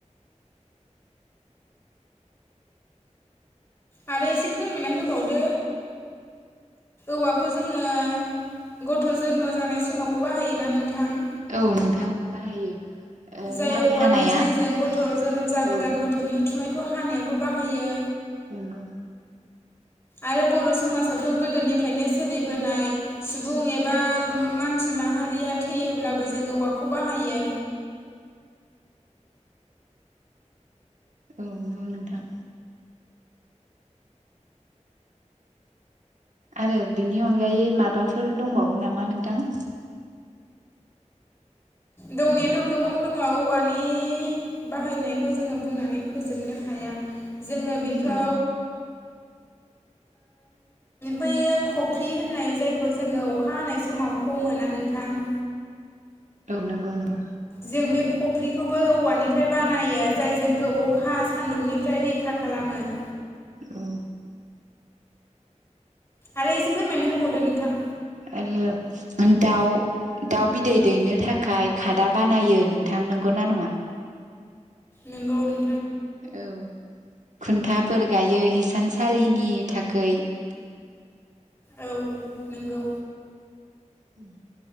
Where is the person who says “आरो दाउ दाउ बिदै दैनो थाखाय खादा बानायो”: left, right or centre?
Right